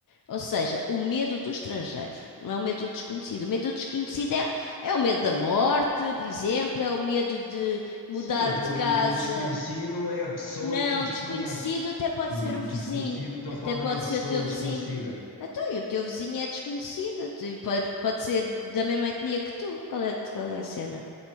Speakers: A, on the left; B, on the left.
A: Ou seja, o medo do estrangeiro, não é o medo do desconhecido. O medo do desconhecido é, é o medo da morte, por exemplo, é o medo de mudar
B: Sim, eu estou
A: de casa.
B: a dizer o desconhecido é a pessoa
A: Não,
B: que tu desconheces.
A: desconhecido até pode
B: Do,
A: ser
B: do,
A: o
B: do
A: vizinho,
B: desconhecido, estou
A: até
B: a falar
A: pode
B: de uma
A: ser
B: pessoa
A: o teu vizinho.
B: desconhecida.
A: Então, e o teu vizinho é desconhecido, tu- pode, pode ser da mesma etnia que tu. Qual é, qual é a cena?